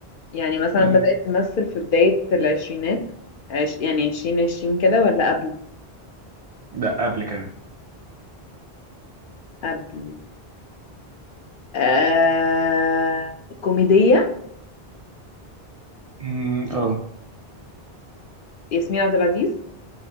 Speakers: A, on the left; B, on the right.
A: يعني مثلا
B: آه.
A: بدأت تمثل في بداية العشرينات عش يعني عشرين عشرين كده ولا قبل
B: لا قبل كمان
A: قبل آه كوميدية
B: مم، اه
A: ياسمين عبد العزيز